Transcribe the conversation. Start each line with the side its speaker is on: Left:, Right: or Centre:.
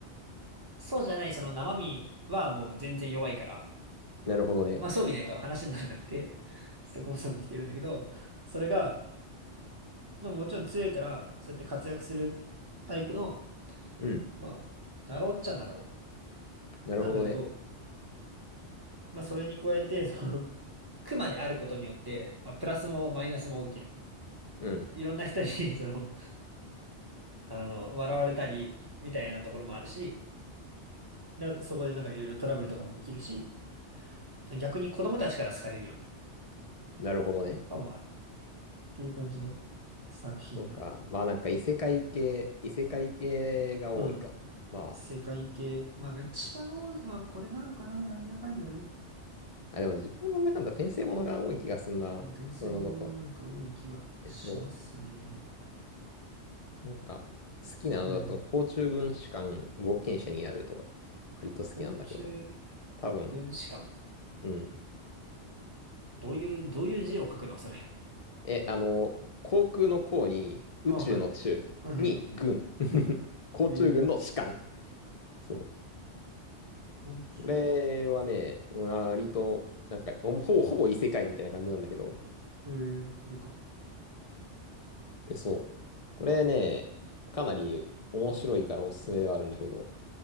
Right: そうじゃない、その生身はもう全然弱いから、
Left: なるほどね。
Right: まあ装備ないと話にならなくて、ずっとこの装備着てるんだけど、それが、まあもちろん強いから、そうやって活躍するタイプの、
Left: うん。
Right: まあ、なろうっちゃなろ
Left: なるほどね。
Right: う。なんだけど、まあ、それに加えて、その、クマであることによって、まあ、プラスもマイナスも起きる。
Left: うん。
Right: そういろんな人に <laughs> その、あの、笑われたり、みたいなところもあるし、なそこでなんかいろいろトラブルとかも起きるし、逆に子供たちから好かれるような、
Left: なるほどね。
Right: かもあるっていう感じの作品だ。
Left: そうか。まあなんか異世界系、異世界系が多いか。
Right: うん。
Left: ま
Right: 世界系、まあ、一番多いのはこれなのかな、なんやかんやね。
Left: あ、あ、でも自分の中の転生ものが多い気がすんな。
Right: でも転生ものはなんか多い気がしますね。
Left: そういうのだと。え、そう。なんか、好きなのだと、
Right: うん。
Left: 甲虫軍士官冒険者になるとか、割と好きなんだけど。
Right: 甲虫
Left: 多分、
Right: 軍師館。
Left: うん。
Right: どういう、どういう字を書くのそれ。
Left: え、あの、航空の航に、宇宙の宙に軍。
Right: あ、はい。はいはいはい。
Left: <laughs> 甲虫軍の士官。
Right: えー、
Left: そう。
Right: 甲虫、
Left: これはね、割と、なんか、ほぼ、ほぼ異世界みたいな感じなんだけど、
Right: えー、これか。
Left: えそう。これね、かなり面白いからおすすめではあるんだけど、